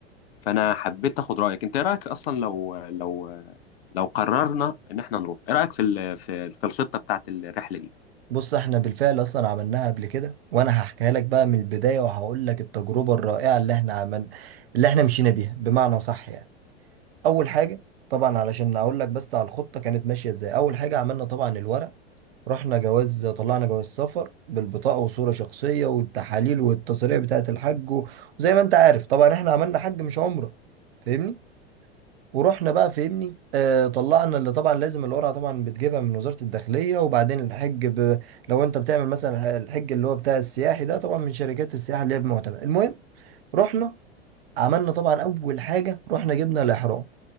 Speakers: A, on the left; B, on the right.
A: فأنا حبيت آخد رأيك أنت إيه رأيك أصلا لو لو لو قررنا إن إحنا نروح إيه رأيك في ال- في في الخطة بتاعت الرحلة دي؟
B: بص احنا بالفعل اصلا عملناها قبل كده وانا هحكيها لك بقى من البدايه وهقول لك التجربه الرائعه اللي احنا عمل اللي احنا مشينا بيها بمعنى صح يعني اول حاجه طبعا علشان اقول لك بس على الخطه كانت ماشيه ازاي اول حاجه عملنا طبعا الورق رحنا جواز طلعنا جواز سفر بالبطاقه وصوره شخصيه والتحاليل والتصاريح بتاعه الحج و- وزي ما انت عارف طبعا احنا عملنا حج مش عمره فاهمني ورحنا بقى فهمني آه طلعنا اللي طبعا لازم القرعه طبعا بتجيبها من وزاره الداخليه وبعدين الحج ب... لو انت بتعمل مثلا الحج اللي هو بتاع السياحي ده طبعا من شركات السياحه اللي هي بمعتمد المهم رحنا عملنا طبعا اول حاجه رحنا جبنا الاحرام